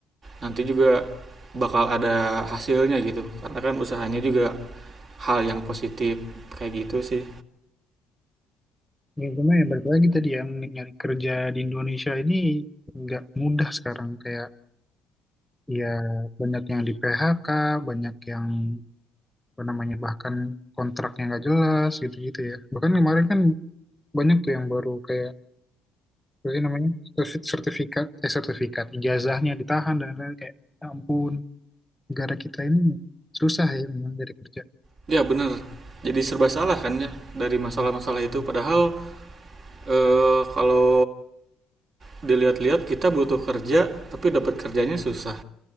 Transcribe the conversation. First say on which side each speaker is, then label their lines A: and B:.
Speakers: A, on the right (about 55°); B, in the centre.
A: Nanti juga bakal ada hasilnya gitu, karena kan usahanya juga hal yang positif kayak gitu sih.
B: Ya, cuma ya balik lagi tadi yang nyari kerja di Indonesia ini nggak mudah sekarang kayak ya banyak yang di PHK, banyak yang apa namanya bahkan kontraknya nggak jelas gitu-gitu ya bahkan kemarin kan banyak tuh yang baru kayak apa sih namanya sertif- sertifikat eh sertifikat ijazahnya ditahan dan lain-lain kayak "Ya ampun negara kita ini susah ya memang dari kerja
A: Ya benar, jadi serba salah kan ya dari masalah-masalah itu, padahal eh, kalau dilihat-lihat kita butuh kerja tapi dapat kerjanya susah.